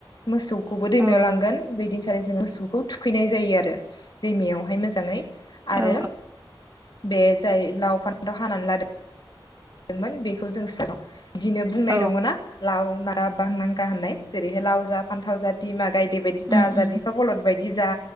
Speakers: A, on the left; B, on the right.
A: मोसौखौबो दैमायाव
B: औ
A: लांगोन बेदिनिखालि जों मोसौखौ थुखैनाय जायो आरो दैमायावहाय मो जांङै आरो
B: औ
A: बे जाय लाव फान्थाव हानानै लादों मोन बेखौ जों सा बिदिनो बुंनाय
B: औ
A: दंङना लाव मारा बांनांखा होननाय जेरैहाय लाव जा फान्थाव जा बिमा गायदे बायदि
B: उम
A: दा जा
B: उम
A: बिफा बलद बायदि जा